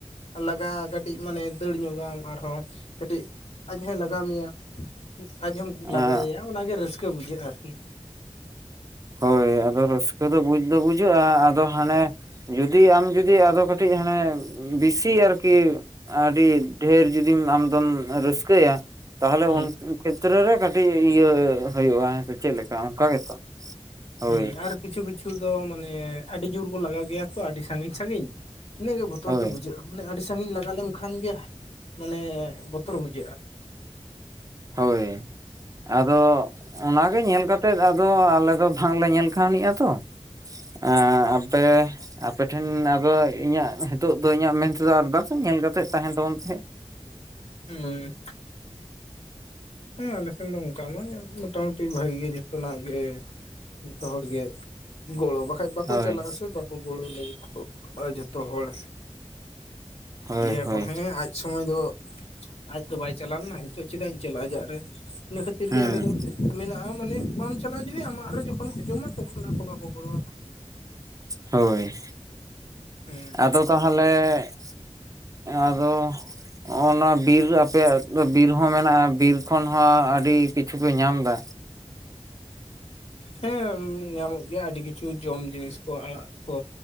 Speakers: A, on the left; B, on the right.
A: ᱞᱟᱜᱟᱜ ᱠᱟᱹᱴᱤᱡ ᱢᱟᱱᱮ ᱫᱟᱹᱲ ᱧᱚᱜᱟᱢ ᱟᱨᱦᱚᱸ ᱠᱟᱹᱴᱤᱡ ᱟᱡ ᱦᱚᱭ ᱞᱟᱜᱟ ᱢᱮᱭᱟ ᱟᱡ ᱦᱚᱸᱚᱢ
B: ᱠᱚᱣᱟ
A: ᱞᱟᱜᱟᱭᱮᱭᱟ ᱚᱱᱟᱜᱮ ᱨᱟᱹᱥᱠᱟᱹ ᱵᱩᱡᱷᱟᱹᱜᱼᱟ ᱟᱨᱠᱤ ᱾
B: ᱦᱳᱭ ᱟᱫᱚ ᱨᱟᱹᱥᱠᱟᱹ ᱫᱚ ᱵᱩᱡᱽ ᱫᱚ ᱵᱩᱡᱟᱹᱜᱼᱟ ᱟᱫᱚ ᱦᱟᱱᱮ ᱡᱩᱫᱤ ᱟᱢ ᱡᱩᱫᱤ ᱟᱫᱚ ᱠᱟᱹᱴᱤᱡ ᱦᱟᱱᱮ ᱵᱤᱥᱤ ᱟᱨᱠᱤ ᱟᱹᱰᱤ ᱰᱷᱮᱨ ᱡᱩᱫᱤᱢ ᱟᱢᱫᱢ ᱨᱟᱹᱥᱠᱟᱹᱭᱟ ᱾ ᱛᱟᱦᱚᱞᱮ
A: ᱦᱩᱸ
B: ᱩᱱ ᱠᱷᱮᱛᱨᱮ ᱨᱮ ᱠᱟᱹᱴᱤᱡ ᱤᱭᱟᱹ ᱦᱩᱭᱩᱜᱼᱟ ᱦᱮᱸ ᱪᱮᱫ ᱞᱮᱠᱟ ᱚᱱᱠᱟ ᱜᱮᱛᱚ? ᱦᱳᱭ
A: ᱦᱮᱸ ᱟᱨ ᱠᱤᱪᱷᱩ ᱠᱤᱪᱷᱩ ᱫᱚ ᱢᱟᱱᱮ ᱟᱹᱰᱤ ᱡᱳᱨ ᱠᱚ ᱞᱟᱜᱟᱣ ᱜᱮᱭᱟ ᱛᱚ ᱟᱹᱰᱤ ᱥᱟᱺᱜᱤᱧ ᱥᱟᱺᱜᱤᱧ ᱾ ᱤᱱᱟᱹᱜ ᱜᱮ ᱵᱚᱛᱚᱨ
B: ᱦᱳᱭ
A: ᱫᱚ ᱵᱩᱡᱷᱟᱹᱜᱼᱟ ᱢᱟᱱᱮ ᱟᱹᱰᱤ ᱥᱟᱺᱜᱤᱧ ᱞᱟᱜᱟ ᱞᱮᱢ ᱠᱷᱟᱱ ᱜᱮ ᱢᱟᱱᱮ ᱵᱚᱛᱚᱨ ᱵᱩᱡᱷᱟᱹᱜᱼᱟ ᱾
B: ᱦᱳᱭ ᱾ ᱟᱫᱚ ᱚᱱᱟ ᱜᱮ ᱧᱮᱞ ᱠᱟᱛᱮᱫ ᱟᱫᱚ ᱟᱞᱮ ᱫᱚ ᱵᱟᱝᱞᱮ ᱧᱮᱞ ᱠᱟᱹᱣᱟᱱᱤᱜᱼᱟ ᱛᱚ ᱮᱸ ᱟᱯᱮ ᱟᱯᱮ ᱴᱷᱮᱱ ᱟᱫᱚ ᱤᱧᱟᱹᱜ ᱱᱤᱛᱚᱜ ᱫᱚ ᱤᱧᱟᱹᱜ ᱢᱮᱱ ᱛᱮᱫᱚ ᱟᱨ ᱫᱟᱥ ᱧᱮᱞ ᱠᱟᱛᱮᱫ ᱛᱟᱦᱮᱱ ᱛᱟᱵᱚᱱ ᱯᱮ
A: ᱦᱩᱸ ᱦᱮᱸ ᱢᱮᱱᱠᱷᱱ ᱫᱚ ᱚᱱᱠᱟ ᱢᱟ ᱢᱳᱚᱴᱟᱢᱩᱴᱤ ᱵᱷᱟᱜᱤ ᱜᱮ ᱡᱚᱛᱚ ᱱᱟᱜ ᱜᱮ ᱡᱚᱛᱚ ᱦᱚᱲ ᱜᱮ ᱜᱚᱲᱚ ᱵᱟᱠᱷᱟᱡ ᱵᱟᱠᱚ
B: ᱦᱳᱭ
A: ᱪᱟᱞᱟᱜᱼᱟ ᱥᱮ ᱵᱟᱠᱚ ᱜᱚᱲᱚ ᱞᱟᱹᱜᱤᱫᱼᱟ ᱡᱷᱚᱛᱚ ᱦᱚᱲ
B: ᱦᱳᱭ
A: ᱞᱟᱹᱭᱟᱠᱚ
B: ᱦᱳᱭ
A: ᱦᱮᱸ ᱟᱡ ᱥᱚᱢᱚᱭ ᱫᱚ ᱟᱡ ᱫᱚ ᱵᱟᱭ ᱪᱟᱞᱟᱣ ᱞᱮᱱᱟ ᱱᱤᱛᱚᱜ ᱪᱮᱫᱟᱜ ᱤᱧ ᱪᱟᱞᱟᱜᱼᱟ ᱾ᱟᱡᱟᱜ ᱨᱮ ᱤᱱᱟᱹ ᱠᱷᱟᱹᱛᱤᱨ
B: ᱦᱩᱸ
A: ᱜᱮ ᱟᱞᱮ ᱫᱚ ᱢᱮᱱᱟᱜᱼᱟ ᱢᱟᱱᱮ ᱵᱟᱢ ᱪᱟᱞᱟᱜᱼᱟ ᱡᱩᱫᱤ ᱟᱢᱟᱜ ᱨᱮ ᱡᱚᱠᱷᱚᱱ ᱠᱚ ᱡᱚᱢᱟ ᱛᱚᱠᱷᱚᱱ ᱟᱠᱚ ᱵᱟᱠᱚ ᱜᱚᱲᱚᱼᱟᱢᱟ ᱾
B: ᱦᱳᱭ
A: ᱦᱮᱸ
B: ᱟᱫᱚ ᱛᱟᱦᱚᱞᱮ ᱟᱫᱚ ᱦᱚᱸᱜ ᱱᱚᱣᱟ ᱵᱤᱨ ᱟᱯᱮᱭᱟᱜ ᱫᱚ ᱵᱤᱨ ᱦᱚᱸ ᱢᱮᱱᱟᱜᱼᱟ ᱵᱤᱨ ᱠᱷᱚᱱ ᱦᱚᱸ ᱟᱹᱰᱤ ᱠᱤᱪᱷᱩ ᱯᱮ ᱧᱟᱢ ᱫᱟ ᱾
A: ᱦᱮᱸ ᱧᱟᱢᱚᱜ ᱜᱮᱭᱟ ᱟᱹᱰᱤ ᱠᱤᱪᱷᱩ ᱡᱚᱢ ᱡᱤᱱᱤᱥ ᱠᱚ ᱟᱲᱟᱜ ᱠᱚ